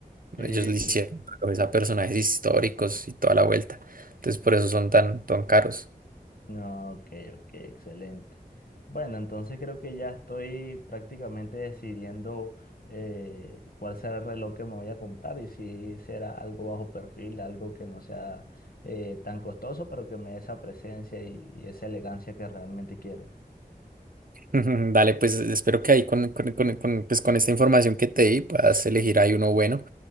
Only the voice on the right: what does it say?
ellos le hicieron
relojes a personajes históricos y toda la vuelta, entonces por eso son tan, tan caros.
Ujú, Dale, pues espero que ahí con, con, con, con, pues, con esta información que te di puedas elegir ahí uno bueno.